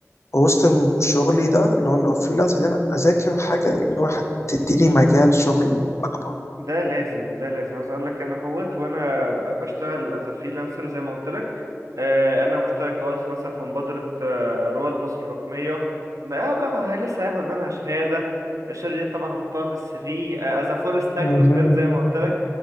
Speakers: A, on the left; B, on the right.
A: ووسط شغلي ده اللي هو اللي هو فريلانس ان انا اذاكر حاجه اللي هو هتديني مجال شغل اكبر
B: ده لازم ده لازم عايز اقول لك انا هوت وانا ب- بشتغل از فريلانسر زي ما قلت لك آه، انا مشترك هوت في- مثلا في مبادره آه، رواد مصر الرقميه ما آه، باخد ه- لسه هاخد منها شهاده الشهاده دي طبعا هحطها في السي في از فول ستاك
A: مهم.
B: دوت نت زي ما قلت لك